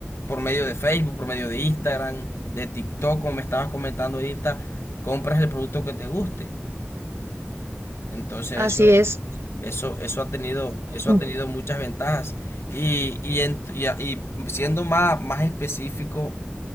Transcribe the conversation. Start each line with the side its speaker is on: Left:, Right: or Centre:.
Left: por medio de Facebook, por medio de Instagram, de TikTok, como me estabas comentando ahorita, compras el producto que te guste. Entonces
Right: así
Left: eso,
Right: es.
Left: eso, eso ha tenido, eso
Right: Mm.
Left: ha tenido muchas ventajas. Y, y, en- y a- y siendo más, más específico,